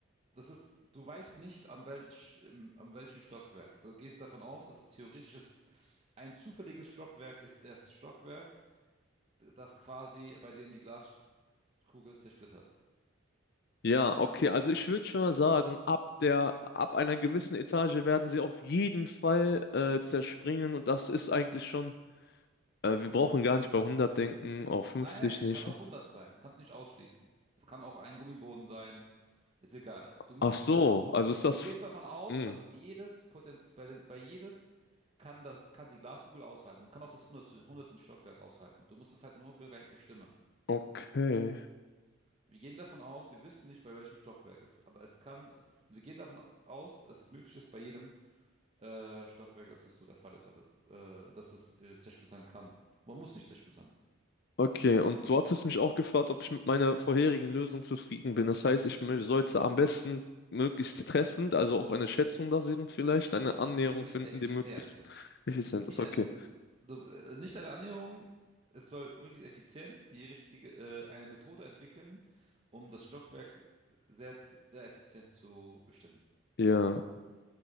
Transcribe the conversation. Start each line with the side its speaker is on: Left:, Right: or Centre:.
Right: das ist, du weißt nicht am welch, im- am welchen Stockwerk. Du gehst davon aus, dass es theoretisch dass es ein zufälliges Stockwerk ist das Stockwerk, das quasi bei dem die Glaskugel zersplittert.
Left: Ja, okay, also ich würde schon mal sagen, ab der, ab einer gewissen Etage werden sie auf jeden Fall äh, zerspringen und das ist eigentlich schon, äh, wir brauchen gar nicht bei hundert denken, auf fünfzig
Right: Nein, nein,
Left: nicht.
Right: kann auch hundert sein. Kannst nicht ausschließen. Es kann auch ein Gummiboden sein. Ist egal. Du musst,
Left: Ach so, also ist
Right: du
Left: das,
Right: gehst davon aus,
Left: hm,
Right: dass jedes Potenz bei, den- bei jedes kann das, kann die Glaskugel aushalten. Kann auch das 100 hundertsten Stockwerk aushalten. Du musst es halt nur bere- bestimmen.
Left: okay.
Right: Wir gehen davon aus, wir wissen nicht, bei welchem Stockwerk es ist, aber es kann, und wir gehen davon aus, dass es möglich ist, bei jedem äh, Stockwerk, dass es so der Fall ist. Also, äh, dass es äh, zersplittern kann. Man muss nicht zersplittern.
Left: Okay, und du hattest mich auch gefragt, ob ich mit meiner vorherigen Lösung zufrieden bin. Das heißt, ich mö- sollte am besten möglichst treffend, also auf eine Schätzung basierend vielleicht, eine Annäherung
Right: Möglichst
Left: finden,
Right: effizient.
Left: die möglichst effizient
Right: Nicht
Left: ist. Okay.
Right: ein, du, äh, nicht eine Annäherung. Es soll möglichst effizient die richtige, äh, eine Methode entwickeln, um das Stockwerk sehr, sehr effizient zu bestimmen.
Left: Ja.